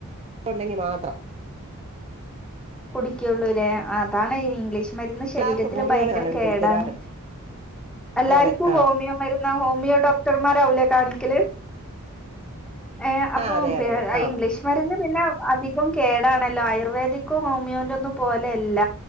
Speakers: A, on the right (about 30°); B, in the centre.
A: ഒണ്ടെങ്കി മാത്രം
B: കുടിക്ക്യോള്ളുലേ അതാണ് ഇംഗ്ലീഷ് മരുന്ന് ശരീരത്തില്
A: എല്ലാർക്കും ഹോമിയോപതിയാണ്
B: ഭയങ്കര
A: മേടിക്കുന്നത്
B: കേടാണ്
A: സ്ഥിരമായിട്ട്
B: എല്ലാർക്കും
A: അതെ ആ
B: ഹോമിയോ മരുന്ന് ഹോമിയോ ഡോക്ടർമാരാവൂലെ കാണിക്കല് ഏ അപ്പം
A: ആ അതെ
B: പെ
A: അതെ അതെ
B: അ
A: ആ
B: ഇംഗ്ലീഷ്മരുന്ന് പിന്നെ അധികം കേടാണല്ലോ ആയുർവേദിക് ക്കും ഹോമിയോന്റൊന്നും പോലെയല്ല